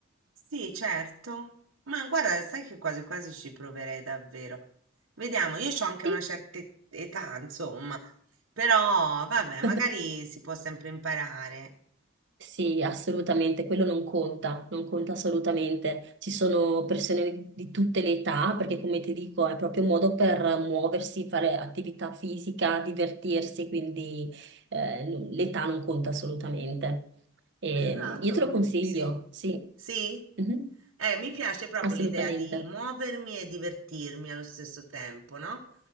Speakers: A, on the right (about 80°); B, on the right (about 60°).
A: Sì, certo. Ma guarda, sai che quasi quasi ci proverei davvero. Vediamo, io ho anche
B: Sì.
A: una certa et- età, insomma, però vabbè,
B: <laughs>
A: magari si può sempre imparare.
B: Sì, assolutamente, quello non conta, non conta assolutamente. Ci sono persone di tutte le età, perché come ti dico, è proprio un modo per muoversi, fare attività fisica, divertirsi, quindi eh, n- l'età non conta assolutamente. E,
A: Esatto,
B: io te
A: mm,
B: lo consiglio,
A: sì.
B: sì.
A: Sì?
B: Mhm.
A: Eh, mi piace proprio
B: Assolutamente.
A: l'idea di muovermi e divertirmi allo stesso tempo, no?